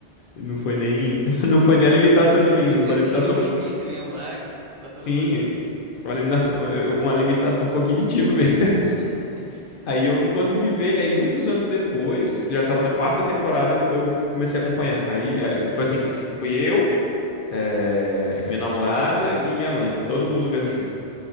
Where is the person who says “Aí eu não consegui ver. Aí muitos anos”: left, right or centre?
Left